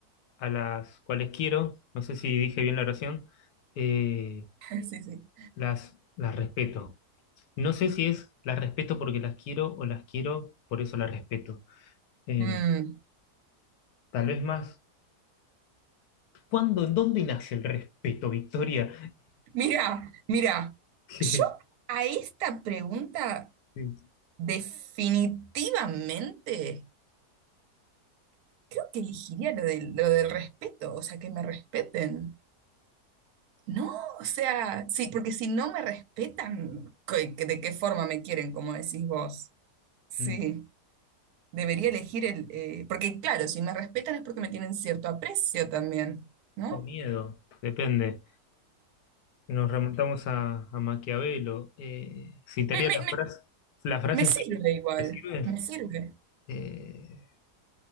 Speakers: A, on the left; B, on the right.
A: a las cuales quiero, no sé si dije bien la oración, eh,
B: <laughs> sí, sí.
A: las, las respeto. No sé si es las respeto porque las quiero o las quiero, por eso las respeto. Em,
B: Mm,
A: tal vez más. ¿Cuándo, dónde nace el respeto, Victoria?
B: Mira, mira,
A: <laughs>
B: yo a esta pregunta
A: Sí.
B: definitivamente creo que elegiría lo del, lo del respeto, o sea, que me respeten. No, o sea, sí, porque si no me respetan, ¿qué- qué- ¿de qué forma me quieren, como decís vos? Sí,
A: Mm.
B: debería elegir el... eh, porque claro, si me respetan es porque me tienen cierto aprecio también, ¿no?
A: O miedo, depende. Nos remontamos a, a Maquiavelo. Eh, citaría
B: Me, me,
A: la frase,
B: me,
A: la frase
B: me sirve
A: si
B: igual,
A: te sirve.
B: me sirve
A: Eh,